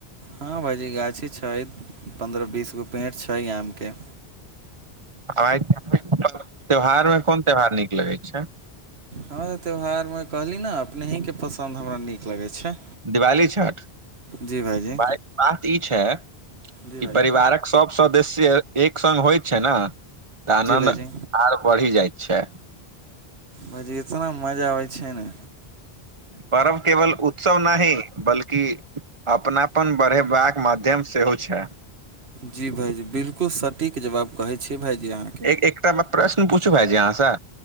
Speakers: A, on the right (about 85°); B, on the right (about 30°).
A: हँ भाइजी गाछी छै पन्द्रह बीसगो पेड़ छै आमके
B: <unintelligible> त्यौहारमे कोन त्यौहार नीक लगै छै
A: हँ तऽ त्यौहारमे कहली न अपने ही के पसन्द हमरा नीक लगै छै
B: दिवाली छठ
A: जी भाइजी
B: भाय बात ई छै
A: जी
B: ई परिवारक सब सदस्य एक संग होइ छै न तऽ आनन्द
A: भाइजी
B: आर बढ़ि जाइत छै
A: भाईजी इतना मजा आबै छै न
B: परर्व केवल उत्सव नहि बल्कि अपनापन बढ़ेबाक माध्यम सेहो छै
A: जी भाइजी बिलकुल सटीक जवाब कहै छी भाइजी आहाँ
B: एक एकटा प्रश्न पूछू भाईजी आहाँ सँ